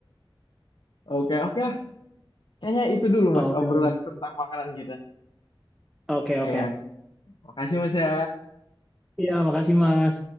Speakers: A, on the left; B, in the centre.
A: oke, oke lah. Kayaknya itu dulu
B: Ah,
A: mas
B: oke
A: obrolan
B: Mas.
A: tentang makanan kita.
B: oke
A: Iya,
B: oke
A: makasih mas ya.
B: iya makasih mas